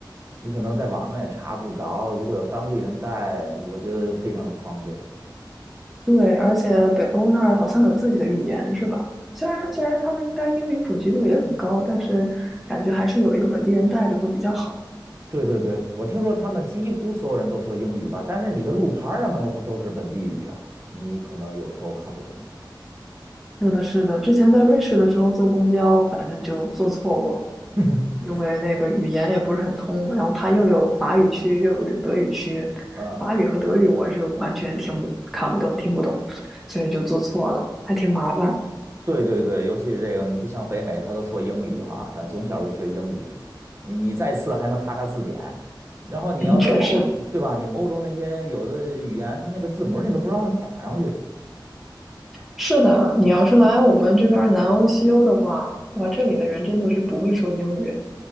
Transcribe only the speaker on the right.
你可能在网上也查不着，如果有当地人带，我觉得非常的方便。
对对对，我听说他们几乎所有人都说英语吧，但是你的路牌儿什么的，它都是本地语啊，你可能有时候看不懂。
<laughs>
嗯，
对对对，尤其是这个，你不像北美，他都说英语啊，咱从小就学英语，你你再次还能查查字典，然后你要是欧，
对吧？你欧洲那些有的语言，它那个字母你都不知道怎么打上去。